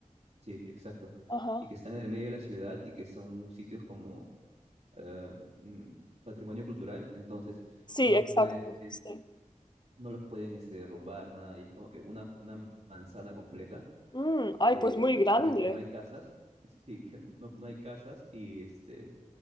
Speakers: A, on the right (about 55°); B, on the left (about 35°).
A: Sí, exacto.
B: Ajá.
A: Y que están en el medio de la ciudad y que son sitios como eh, mm, patrimonio cultural, entonces
B: Sí,
A: no los
B: exacto.
A: pueden,
B: Sí.
A: no los pueden este, derrumbar, nada. Y es como que una, una manzana completa
B: Mm,
A: de
B: ay, pues muy grande.
A: que no hay, que no hay casas, <laughs> sí, que no, no hay casas y este